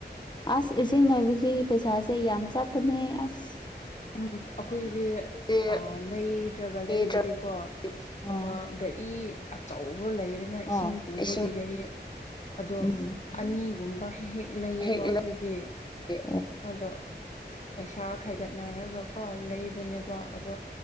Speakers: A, on the left (about 25°); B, on the left (about 40°).
A: ꯑꯁ ꯏꯁꯤꯡ ꯅꯅꯥꯕꯁꯤ ꯄꯩꯁꯥꯁꯦ ꯌꯥꯝ ꯆꯠꯄꯅꯦ ꯑꯁ
B: ꯎꯝ ꯑꯩꯈꯣꯏꯁꯦ
A: ꯎꯝ ꯑꯩꯈꯣꯏꯗꯤ
B: ꯂꯩꯗ꯭ꯔꯒ
A: ꯄꯤꯗ꯭ꯔ
B: ꯂꯩꯔꯗꯤꯀꯣ
A: ꯑꯣ
B: ꯑꯃ ꯒꯥꯔꯤ ꯑꯆꯧ ꯎ ꯂꯩꯗꯅ ꯏꯁꯤꯡ
A: ꯑꯣ
B: ꯄꯨꯕꯒꯤ
A: ꯏꯁꯤꯡ
B: ꯒꯥꯔꯤ ꯑꯗꯣ
A: ꯎꯝ
B: ꯑꯅꯤꯒꯨꯝꯕ ꯍꯦꯛ ꯍꯦꯛ ꯂꯩꯌꯦꯕ
A: ꯍꯦꯛ
B: ꯑꯩꯈꯣꯏꯗꯤ
A: ꯂꯩ
B: ꯑꯗꯣ ꯄꯩꯁꯥ ꯈꯥꯏꯒꯠꯅꯔꯒꯀꯣ ꯂꯩꯕꯅꯦꯕ ꯑꯗꯣ